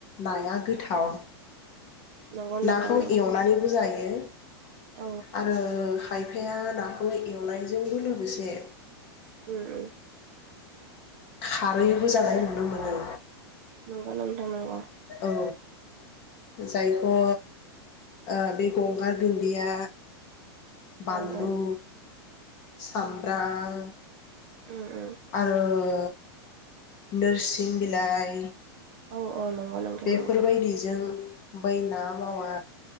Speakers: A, on the left (about 25°); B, on the right (about 30°).
A: नाया गोथाव
B: नंगौ नोंथां
A: नाखौ
B: नंगौ
A: एवनानैबो जायो
B: औ
A: आरो खायफाया नाखौ एवनायजोंबो लोगोसे
B: उम उम।
A: खारैबो जानाय नुनो मोनो।
B: नंगौ नोंथां नंगौ।
A: औ। जायखौ ओ बे गंगार दुन्दिया बानलु
B: औ औ
A: सामब्रां
B: उम उम
A: आओ ओ नोरसिं बिलाइ
B: औ औ नंगौ नोंथां
A: बेफोर
B: नंगौ
A: बायदिजों बै ना मावा